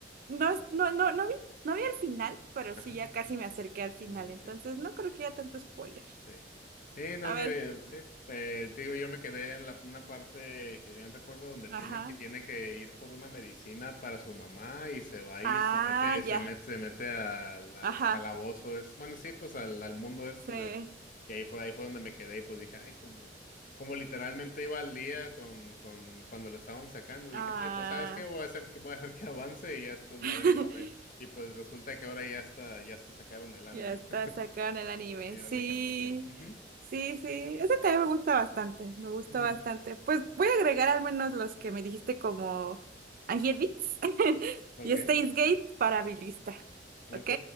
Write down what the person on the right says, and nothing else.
no, es- no, no, no vi, no vi el final, pero
sí ya casi
me acerqué al final. Entonces,
no creo que haya tanto spoiler.
A ver,
ajá.
Ah,
ya,
ajá.
Sí.
Ah.
<laughs>
Ya está sacado en el anime.
Sí,
sí, sí. Ese también me gusta bastante. Me gustó
bastante. Pues voy a agregar al menos los que me dijiste como Angel Beats <laughs>
y Steins Gate para mi lista.
¿Ok?